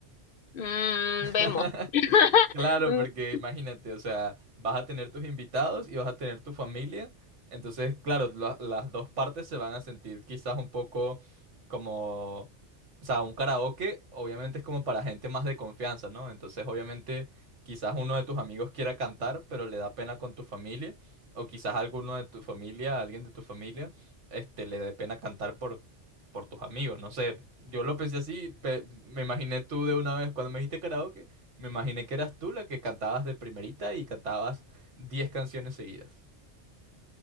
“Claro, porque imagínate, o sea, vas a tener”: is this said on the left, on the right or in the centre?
Right